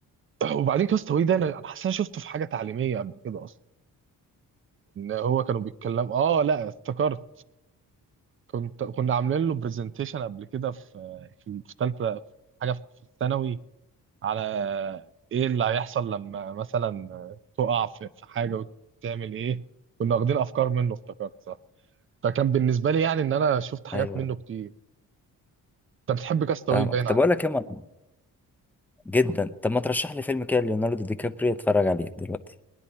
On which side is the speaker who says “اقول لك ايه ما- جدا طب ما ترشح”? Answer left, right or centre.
Centre